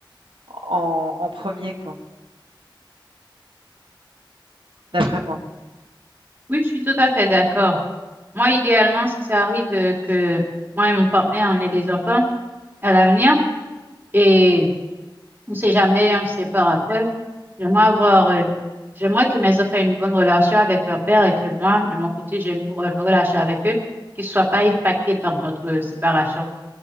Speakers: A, on the right; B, on the right.
A: en en 1 quoi, d'après moi.
B: Oui, je suis tout à fait d'accord. Moi, idéalement, si ça arrive euh, que moi et mon partenaire, on ait des enfants à l'avenir et on sait jamais, on se sépare après, j'aimerais avoir une- j'aimerais que mes enfants aient une bonne relation avec leur père et que moi, de mon côté, j'ai une bonne relation avec eux, qu'ils soient pas impactés par notre séparation.